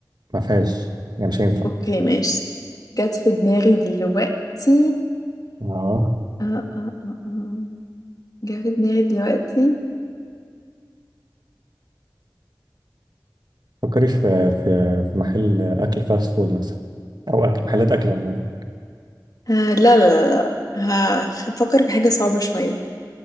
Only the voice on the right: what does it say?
ما فيهاش يعني مش هينفع
اه
فكري في في في محل اكل فاست فود مثلا او اكل محلات اكل عموما